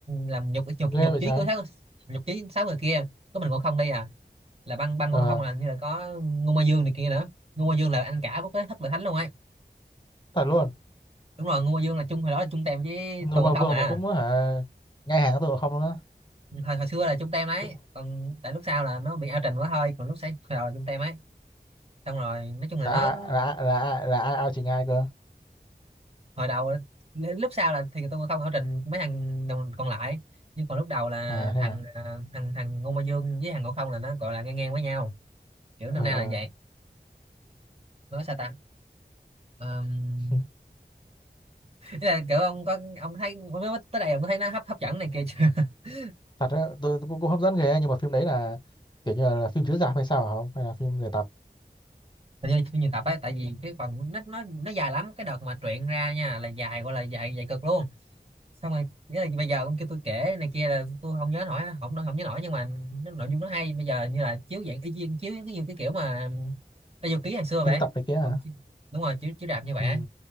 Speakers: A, on the right (about 35°); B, on the left (about 25°).
A: làm nhục nhục
B: ghê
A: nhục
B: vậy
A: chí
B: trái
A: của sáu nhục chí sáu người kia có mình ngộ không đây à là băng băng
B: ờ
A: ngộ không là như là có ngu ma dương này kia nữa ngu ma dương là anh cả của cái thất vệ thánh luôn ấy
B: thật luôn
A: đúng rồi ngu ma dương là chung hồi đó là chung tem với
B: người
A: tù ngộ
B: mà vừa
A: không à
B: mà cũng hả ngay hàng với tụi ngộ không luôn á
A: hồi hồi xưa là chung tem đấy
B: Tự-
A: còn tại lúc sau là nó bị ao trình quá thôi còn lúc sáng hồi đầu là chung tem ấy xong rồi nói chung là
B: là
A: nó
B: ai- là ai- là ai- là ai ao chỉ ai cơ
A: hồi đầu á, nên lúc sau là thì tôi không ở trình mấy thằng đồng- còn lại nhưng còn lúc đầu là
B: à thế
A: thằng
B: à
A: à, thằng thằng Ngô Mai Dương với thằng Ngộ Không là nó gọi là ngang ngang với nhau kiểu
B: ờ
A: năm nay là
B: ờ.
A: vậy nói sao ta um,
B: <laughs>
A: là kiểu ông có ông thấy ông nói tới đây ông có thấy nó hấp hấp dẫn này kia chưa <laughs>
B: thật á tôi tôi cũng cũng hấp dẫn ghê ấy, nhưng mà phim đấy là kiểu như là, phim chiếu rạp hay sao hả không hay là phim người tập
A: Hình như phim nhiều tập ấy tại vì cái phần nó nó nó dài lắm cái đợt mà truyện ra nha là dài gọi là dài dài cực luôn xong rồi nghĩa là bây giờ ông kêu tôi kể này kia là tôi không nhớ nổi không không nhớ nổi nhưng mà nó, nội dung nó hay bây giờ như là chiếu dạng y chang chiếu cái như cái kiểu mà bao nhiêu ký ngày xưa
B: phim
A: vậy
B: tập này kia hả
A: cũng chi- đúng rồi chiếu chiếu rạp như vậy
B: ừ.
A: á.